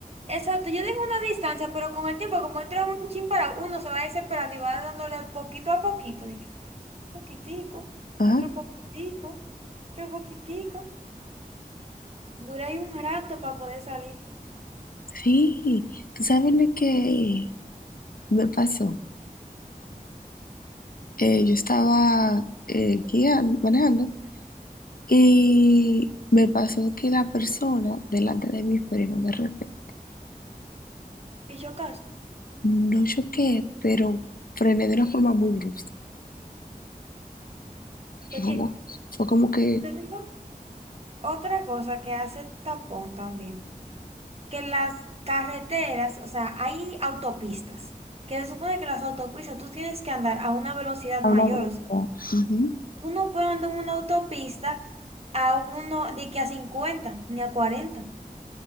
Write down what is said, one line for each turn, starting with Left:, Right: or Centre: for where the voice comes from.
Right: exacto. Yo dejo una distancia, pero con el tiempo, como entra un chin para uno, se va desesperando y va dándole poquito a poquito. de que, poquitico,
Left: Ajá,
Right: otro poquitico, otro poquitico. Dura ahí un rato para poder salir
Left: sí. ¿Tú sabes lo que me pasó? Eh, yo estaba eh, guiando, manejando, y me pasó que la persona delante de mí frenó de repente.
Right: y chocarse.
Left: No choqué, pero frené de una forma muy brusca.
Right: Porque
Left: Fue como, fue como que
Right: te digo otra cosa que hace tapón también, que las carreteras, o sea, hay autopistas, que se supone que las autopistas tú tienes que andar a una velocidad
Left: a
Right: mayor,
Left: una velocidad. Ujú.
Right: Uno puede andar en una autopista a uno de que a 50 ni a cuarenta